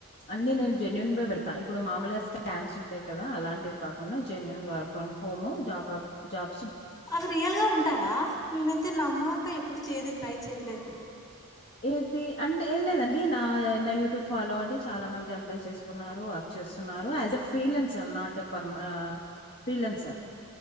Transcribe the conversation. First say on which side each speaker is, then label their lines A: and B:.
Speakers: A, on the left; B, on the left.
A: అన్నీ నేను జన్యుూన్ వే పెడతా ఇప్పుడు మామూలుగా స్కామ్స్ ఉంటాయి కదా అలాంటివి కాకుండా genuine work from home job offer job
B: అవి రియల్గా ఉంటాయా నేనైతే నమ్మక ఎప్పుడు చేది ట్రై చేయలేదు
A: ఏది అంటే ఏం లేదండి నా నా యూట్యూబ్ ఫాలో అంటే చాలా మంది అప్లై చేసుకున్నారు చేస్తున్నారు అంటే ఫ్రీలెన్స్ నాట్ ఫర్ ఫ్రీలాన్సర్